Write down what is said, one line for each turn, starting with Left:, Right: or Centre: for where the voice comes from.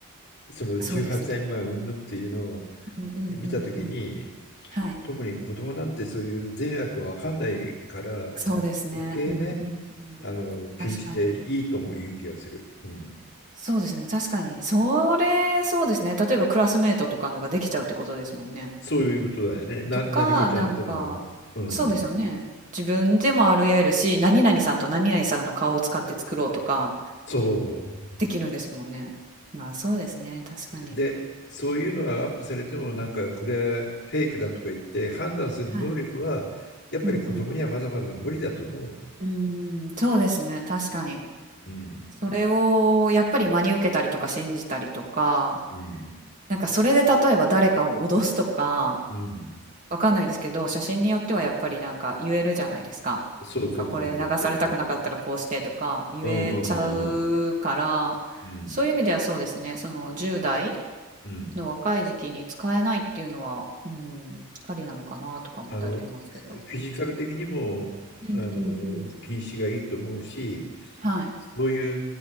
Left: その18歳未満云々っていうのを
Right: そうですね。うんうんうんうん。
Left: 見たときに、
Right: はい。
Left: 特に子供なんてそういう善悪わかんないから
Right: そうですね。
Left: 余計ね、
Right: うんうんうん。
Left: あの気にしていいとも言う気がする。
Right: 確かに。
Left: うん、
Right: そうですね、確かに。それ、そうですね。例えばクラスメートとかのができちゃうってことですもんね。
Left: そういうことだよね。な、
Right: とか、
Left: なにこちゃんとの。
Right: なんか、
Left: うん。
Right: そうですよね。自分でもあり得るし、何々さんと何々さんの顔を使って作ろうとか
Left: そう。
Right: できるんですもんね。まあ、そうですね、確かに。
Left: で、そういうのがアップされてもなんかこれはフェイクだとか言って判断する能力はやっぱり子供にはまだまだ無理だと思うよ。
Right: はい。うんうん。うーん、そうですね、確かに。
Left: うん。うん。
Right: それをやっぱり真に受けたりとか信じたりとか、
Left: うん。
Right: なんかそれで例えば誰かを脅すとか、
Left: うん。
Right: わかんないですけど、写真によってはやっぱりなんか言えるじゃないですか。
Left: そうそうそうそうそうそうそう。
Right: なんかこれ流されたくなかったらこうしてとか言えちゃうから、
Left: うんうんうんうん。うん。
Right: そういう意味ではそうですね、その10
Left: うん。
Right: 代の若い時期に使えないっていうのは、うん、ありなのかなとか思ったりしますけど。
Left: あの、フィジカル的にも、
Right: うんうんうん。
Left: あの、禁止がいいと思うし、
Right: はい。
Left: そういう